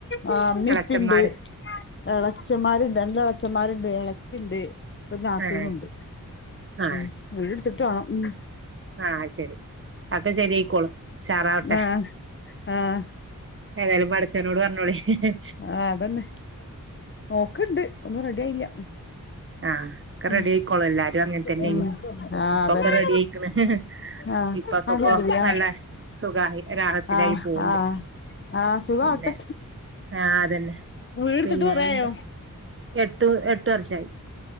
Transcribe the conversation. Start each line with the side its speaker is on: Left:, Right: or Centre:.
Left: ആ ഉമ്മയും
Right: ഇളച്ചന്മാര്
Left: ഉപ്പയും ഇണ്ട് ഇളച്ചന്മാരുണ്ട് രണ്ട് ഇളച്ചന്മാരുണ്ട് ഇളച്ചിണ്ട് ഒരു നാത്തൂനുണ്ട്.
Right: ആ ശരി ആ
Left: ഉം വീട് ടുത്തിട്ട് വേണം ഉ
Right: ആഹ അത് ശരി തെ ശരിയായിക്കോളും ഉഷാറാവട്ടെ.
Left: ആഹ് ആഹ് ആഹ്
Right: ഏതായാലും പടച്ചോനോട് പറഞ്ഞോളി ഹി ഹി
Left: ആ അതന്നെ നോക്ക്ണ്ട് ഒന്നും റെഡി ആയില്ല.
Right: ആഹ് ഒക്കെ
Left: ഉം
Right: റെഡി ആയിക്കോളൂ എല്ലാരും അങ്ങനെ തന്നെ
Left: ഉം
Right: ഏനി
Left: ആഹ്
Right: ഇപ്പൊക്കെ
Left: അതന്നെ
Right: റെഡി ആയി. ഹി
Left: ആഹ്
Right: ഇപ്പൊക്കെ
Left: അതെന്തിനാ
Right: ഇപ്പൊ നല്ല സുഖായി റാഹത്തിലായി
Left: ആഹ്
Right: പോവ്ണ്ട്.
Left: ആഹ് ആഹ് സുഖാവട്ടെ
Right: പിന്നെ ആഹ അതന്നെ
Left: വീടെടുത്തിട്ട്
Right: പിന്നെ
Left: കൊറേയായോ
Right: എന്താ? എട്ടു എട്ട് വർഷായി.